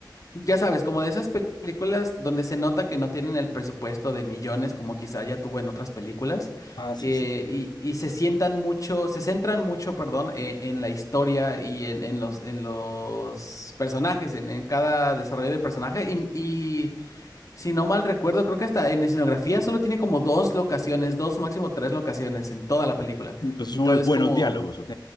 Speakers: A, on the left; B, on the left.
A: Ya sabes, como de esas películas donde se nota que no tienen el presupuesto de millones, como quizá ya tuvo en otras películas,
B: Ah, sí,
A: eh,
B: sí.
A: y, y se sientan mucho, se centran mucho, perdón, eh, en la historia y en, en los, en los personajes, en, en cada desarrollo de personaje. Y, y si no mal recuerdo, creo que hasta en escenografía solo tiene como dos locaciones, dos, máximo tres locaciones en toda la película.
B: Entonces
A: Y
B: son
A: todo
B: unos
A: es
B: buenos
A: como
B: diálogos, ¿ok?